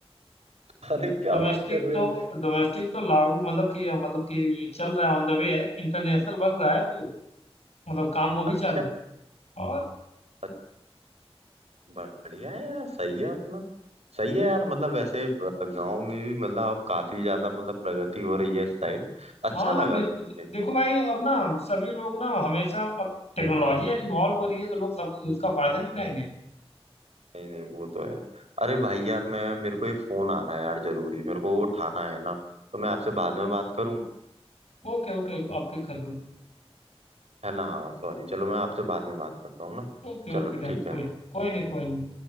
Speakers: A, on the right; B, on the left.
A: <laughs> अरे क्या
B: डोमेस्टिक
A: बात कर रहे
B: तो
A: हो
B: डोमेस्टिक तो लागू मतलब कि मतलब कि चल रहा है ऑन द वे है इंटरनेशनल बन रहा है अभी वो मतलब काम वो
A: अच्छा
B: भी चालू है और
A: अच्छा, बढ़िया है यार सही है अपना सही है यार मतलब ऐसे गांव में भी मतलब अब काफी ज्यादा मतलब प्रगति हो रही है इस साइड अच्छा
B: हाँ
A: लगा
B: हाँ बिल्कुल
A: सुन के
B: देखो भाई अब ना सभी लोग ना हमेशा अब टेक्नोलॉजी यार इन्वॉल्व हो रही है तो लोग सब उसका फायदा नहीं उठाएंगे
A: नहीं नहीं वो तो है अरे भाई यार मैं मेरे को एक फोन आ रहा है यार जरूरी मेरे को वो उठाना है ना तो मैं आपसे बाद में बात करूं
B: ओके ओके आप पिक कर लो
A: है ना हाँ सॉरी चलो मैं आपसे बाद में बात करता हूँ ना
B: ओके
A: चलो
B: ओके डन
A: ठीक
B: कोई
A: है
B: कोई नहीं कोई नहीं